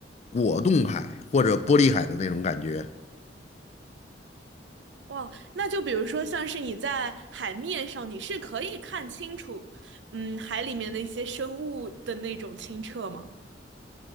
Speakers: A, on the left; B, on the right.
A: 果冻海或者玻璃海的那种感觉。
B: 哇，那就比如说，像是你在海面上，你是可以看清楚，嗯，海里面的一些生物的那种清澈吗？